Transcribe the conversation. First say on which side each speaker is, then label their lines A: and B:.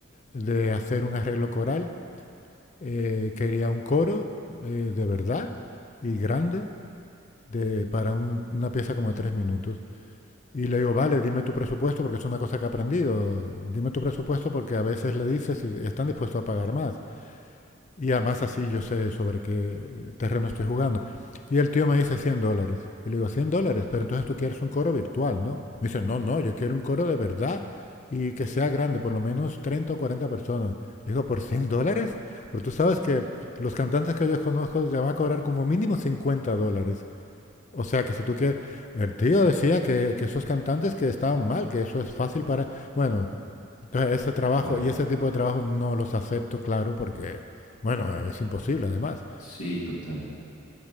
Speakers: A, on the left (about 35°); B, on the left (about 85°).
A: de hacer un arreglo coral, eh, quería un coro eh, de verdad y grande de, para un- una pieza como de tres minutos. Y le digo, vale, dime tu presupuesto, porque es una cosa que he aprendido, dime tu presupuesto porque a veces le dices si están dispuestos a pagar más. Y además así yo sé sobre qué eh, terreno estoy jugando. Y el tío me dice 100 dólares. Y le digo, 100 dólares, pero entonces tú quieres un coro virtual, ¿no? Me dice, no, no, yo quiero un coro de verdad y que sea grande, por lo menos 30 o 40 personas. Le digo, ¿por 100 dólares? Pero tú sabes que los cantantes que yo conozco te van a cobrar como mínimo 50 dólares. O sea que si tú quieres... El tío decía que, que esos cantantes que estaban mal, que eso es fácil para... Bueno, entonces, ese trabajo
B: Wow,
A: y ese
B: <laughs>
A: tipo de trabajo no los acepto, claro, porque, bueno, es imposible además.
B: sí, total.